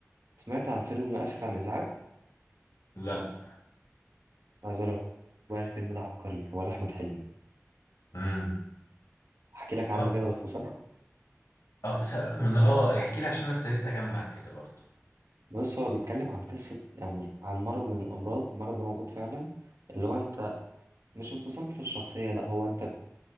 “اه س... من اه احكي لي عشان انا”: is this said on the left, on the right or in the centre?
Left